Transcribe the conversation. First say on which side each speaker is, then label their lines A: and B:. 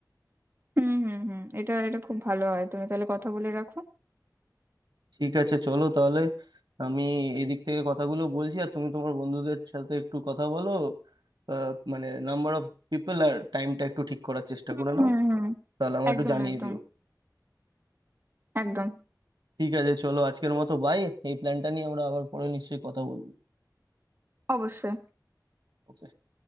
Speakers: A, on the right; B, on the right.
A: হুম হুম হুম এটা এটা খুব ভালো হয় তুমি তাহলে কথা বলে রাখো
B: ঠিক আছে চলো তাহলে আমি এদিক থেকে কথাগুলো বলছি আর তুমি তোমার বন্ধুদের সাথে একটু কথা বলো আহ, মানে নাম্বার অফ পিপল আর টাইমটা একটু ঠিক করার চেষ্টা
A: হুম
B: করে নাও
A: হুম হুম
B: তাহলে আমায়
A: একদম
B: একটু জানিয়ে
A: একদম
B: দিও
A: একদম
B: ঠিক আছে চলো আজকের মতো বাই এই প্ল্যানটা নিয়ে আমরা আবার পরে নিশ্চয়ই কথা বলবো
A: অবশ্যই
B: Okay।